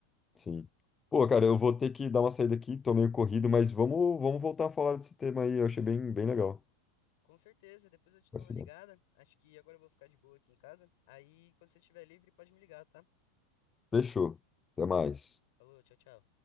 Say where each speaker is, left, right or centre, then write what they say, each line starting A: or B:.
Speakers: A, on the left; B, on the left.
A: sim. Pô, cara, eu vou ter que dar uma saída aqui, tô meio corrido, mas vamos, vamos voltar a falar desse tema aí. Eu achei bem, bem legal.
B: Com certeza, depois eu te
A: Vai
B: dou
A: ser
B: uma ligada.
A: bom.
B: Acho que agora eu vou ficar de boa aqui em casa. Aí, quando você estiver livre, pode me ligar, tá?
A: Fechou. Até mais.
B: Falou, tchau, tchau.